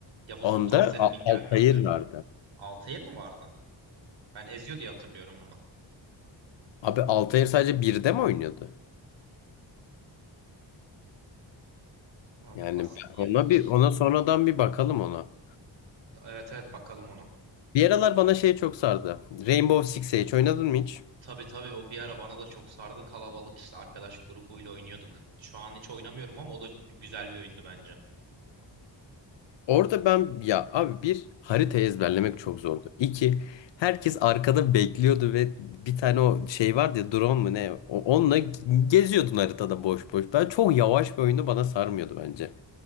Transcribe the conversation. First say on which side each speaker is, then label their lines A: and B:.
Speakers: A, on the right (about 75°); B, on the left (about 70°).
A: Yavuz
B: Onda
A: Sultan Selim'in
B: Al-
A: geldiğinde.
B: Altair vardı.
A: Altair mi vardı? Ben Ezio diye hatırlıyorum onu.
B: Abi Altair sadece birde mi oynuyordu?
A: Abi
B: Yani
A: as
B: ona
A: ya iki
B: bir ona sonradan bir bakalım ona.
A: evet evet bakalım onu.
B: Bir aralar bana şey çok sardı. Rainbow Six Siege oynadın mı hiç?
A: Tabii tabii o bir ara bana da çok sardı. Kalabalık işte arkadaş grubuyla oynuyorduk. Şu an hiç oynamıyorum ama o da güzel bir oyundu bence.
B: Orada ben ya abi bir harita ezberlemek çok zordu. İki herkes arkada bekliyordu ve bir tane o şey vardı ya drone mu ne o- onunla geziyordun haritada boş boş. Ben çok yavaş bir oyunu bana sarmıyordu bence.